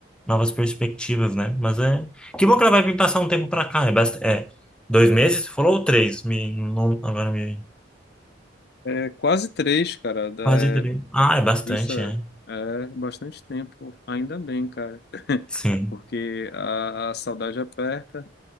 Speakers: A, in the centre; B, on the left (about 55°).
A: novas perspectivas, né? Mas é... Que bom que ela vai vir passar um tempo pra cá. É, bast... é dois meses? Você Falou ou três? Me, não, agora me...
B: é quase três, cara. da-
A: Quase três. Ah, é bastante,
B: isso é,
A: é.
B: é bastante tempo, ainda bem, cara, <laughs>
A: Sim.
B: porque a, a saudade aperta.